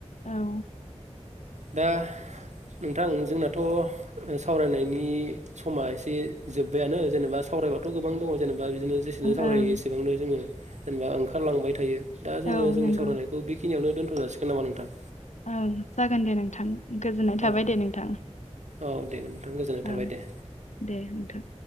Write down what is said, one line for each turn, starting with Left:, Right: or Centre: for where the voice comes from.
Left: औ।
Right: दा नोंथां जोंनाथ' ओ सावरायनायनि समा एसे जोब्बायानो जेनेबा सावरायबाथ' गोबां दङ जेनेबा बिदिनो जेसेनो सावरायो
Left: ओं
Right: एसेबांनो जोङो जेनेबा ओंखारलांबाय थायो दा जोङो
Left: औ
Right: जोंनि
Left: नंगौ
Right: सावरायनायखौ बेखिनियावनो दोनथ' जासिगोन नामा नोंथां?
Left: ओं जागोन दे नोंथां गोजोननाय
Right: औ
Left: थाबाय
Right: औ
Left: दे नोंथां
Right: औ दे नोंथां गोजोननाय
Left: औ
Right: थाबाय दे
Left: दे नोंथां